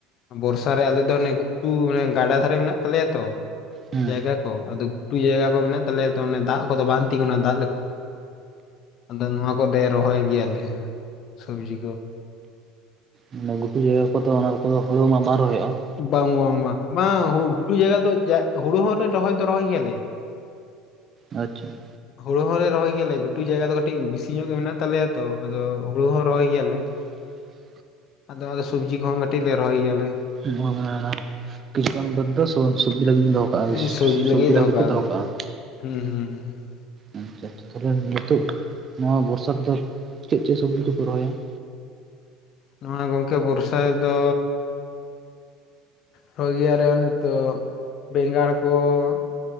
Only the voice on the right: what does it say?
ᱦᱮᱸ
ᱢᱟᱱᱮ ᱜᱷᱩᱴᱩ ᱡᱟᱭᱜᱟ ᱠᱚᱫᱚ, ᱚᱱᱟ ᱠᱚᱫᱚ ᱦᱩᱲᱩ ᱢᱟ ᱵᱟᱝ ᱨᱚᱦᱚᱭᱚᱜ-ᱟ ᱾
ᱟᱪᱪᱷᱟ ᱾
<inaudible>
<unintelligible> ᱠᱤᱪᱷᱩᱜ ᱜᱟᱱ ᱵᱟᱹᱫᱽ ᱫᱚ, ᱥᱚᱼᱥᱚ, ᱥᱚᱵᱽᱡᱤ ᱞᱟᱹᱜᱤᱫ ᱫᱚᱦᱚ ᱠᱟᱜ-ᱟ
᱾ ᱥᱚᱼᱥᱚᱼᱥᱚᱵᱽᱡᱤ ᱞᱟᱹᱜᱤᱫ
ᱯᱮ ᱫᱚᱦᱚ
ᱠᱟᱜ-ᱟ ᱾
ᱟ ᱪᱟ ᱪᱷᱟ, ᱛᱟᱦᱚᱞᱮ, ᱱᱤᱛᱚᱜ ᱱᱚᱣᱟ ᱵᱚᱨᱥᱟ, ᱨᱮᱫᱚ ᱪᱮᱫ? ᱪᱮᱫ? ᱥᱚᱵᱽᱡᱤ ᱠᱚᱯᱮ ᱨᱚᱦᱚᱭᱟ ᱾